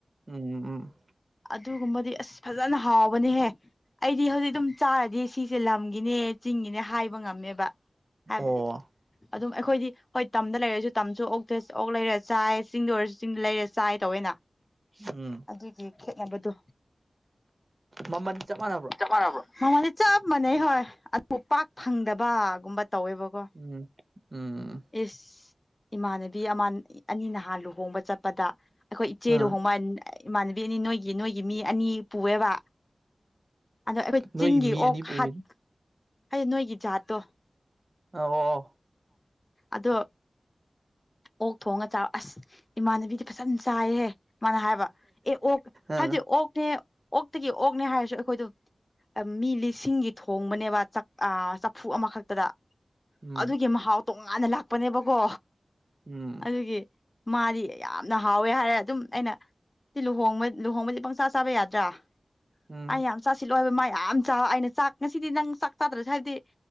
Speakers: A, on the right; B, on the left.
A: ꯎꯝ ꯎꯝ
B: ꯑꯗꯨꯒꯨꯝꯕꯗꯤ ꯑꯁ ꯐꯖꯅ ꯍꯥꯎꯕꯅꯦꯍꯦ ꯑꯩꯗꯤ ꯍꯧꯖꯤꯛ ꯑꯗꯨꯝ ꯆꯥꯔꯗꯤ ꯁꯤꯁꯦ ꯂꯝꯒꯤꯅꯦ ꯆꯤꯡ ꯃꯤꯅꯦ ꯍꯥꯏꯕ ꯉꯝꯃꯦꯕ ꯍꯥꯏꯕꯗꯤ
A: ꯑꯣ
B: ꯑꯗꯨꯝ ꯑꯩꯈꯣꯏꯗꯤ ꯍꯣꯏ ꯇꯝꯗ ꯂꯩꯔꯁꯨ ꯇꯝꯁꯨ ꯑꯣꯛꯇ ꯑꯣꯛ ꯂꯩꯔ ꯆꯥꯏ ꯆꯤꯡꯗ ꯑꯣꯏꯔꯁꯨ ꯆꯤꯡ ꯂꯩꯔ ꯆꯥꯏ ꯇꯧꯋꯦꯅ
A: ꯎꯝ
B: ꯑꯗꯨꯒꯤ ꯈꯦꯠꯅꯕꯗꯣ
A: ꯃꯃꯜꯗꯤ ꯃꯥꯟꯅꯕ꯭ꯔꯣ
B: ꯆꯞ ꯃꯥꯟꯅꯕ꯭ꯔꫭ ꯃꯃꯜꯗꯤ ꯆꯞ ꯃꯥꯟꯅꯩ ꯍꯣꯏ ꯑꯗꯨꯕꯨ ꯄꯥꯛ ꯐꯪꯗꯕꯒꯨꯝꯕ ꯇꯧꯋꯦꯕꯀꯣ
A: ꯎꯝ ꯎꯝ
B: ꯏꯁ ꯏꯃꯥꯟꯅꯕꯤ ꯑꯃ ꯑꯅꯤ ꯅꯍꯥꯟ ꯂꯨꯍꯣꯡꯕ ꯆꯠꯄꯗ ꯑꯩꯈꯣꯏ ꯏꯆꯦ
A: ꯑꯥ
B: ꯂꯨꯍꯣꯡꯕ ꯏꯃꯥꯟꯅꯕꯤ ꯑꯅꯤ ꯅꯣꯏꯒꯤ ꯅꯣꯏꯒꯤ ꯃꯤ ꯑꯅꯤ ꯄꯨꯑꯦꯕ ꯑꯗꯣ ꯑꯩꯈꯣꯏ
A: ꯅꯣꯏꯒꯤ
B: ꯆꯤꯡꯒꯤ
A: ꯃꯤ
B: ꯑꯣꯛ
A: ꯑꯅꯤ ꯄꯨꯏ
B: ꯍꯠ ꯍꯥꯏꯗꯤ ꯅꯣꯏꯒꯤ ꯖꯥꯠꯇꯣ
A: ꯑ ꯑꯣ
B: ꯑꯗꯣ ꯑꯣꯛ ꯊꯣꯡꯉ ꯆꯥꯕ ꯑꯁ ꯏꯃꯥꯟꯅꯕꯤꯗꯤ ꯐꯖꯅ ꯆꯥꯏꯍꯦ ꯃꯥꯅ ꯍꯥꯏꯕ ꯑꯦ ꯑꯣꯛ
A: ꯑꯥ
B: ꯍꯥꯏꯗꯤ ꯑꯣꯛꯅꯦ ꯑꯣꯛꯇꯒꯤ ꯑꯣꯛꯅꯦ ꯍꯥꯏꯔꯁꯨ ꯑꯩꯈꯣꯏꯗꯝ ꯃꯤ ꯂꯤꯁꯤꯡꯒꯤ ꯊꯣꯡꯕꯅꯦꯕ ꯆꯛ ꯆꯐꯨ ꯑꯃꯈꯛꯇꯗ
A: ꯎꯝ
B: ꯑꯗꯨꯒꯤ ꯃꯍꯥꯎ ꯇꯣꯉꯥꯟꯅ ꯂꯥꯛꯄꯅꯦꯕꯀꯣ
A: ꯎꯝ
B: ꯑꯗꯨꯒꯤ ꯃꯥꯗꯤ ꯌꯥꯝꯅ ꯍꯥꯎꯋꯦ ꯍꯥꯏꯔꯦ ꯑꯗꯨꯝ ꯑꯩꯅ ꯁꯤ ꯂꯨꯍꫭꯡꯕ ꯂꯨꯍꯣꯡꯕꯗꯤ ꯄꯪꯆꯥ ꯆꯥꯕ ꯌꯥꯗ꯭ꯔꯥ
A: ꯎꯝ
B: ꯑꯩ ꯌꯥꯝ ꯆꯥꯁꯤꯜꯂꯣꯍꯥꯏꯕ ꯃꯥ ꯌꯥꯝ ꯆ ꯑꯩꯅ ꯆꯥꯛ ꯉꯁꯤꯗꯤ ꯅꯪ ꯆꯥꯛ ꯆꯥꯗ꯭ꯔ ꯍꯥꯏꯕꯗꯤ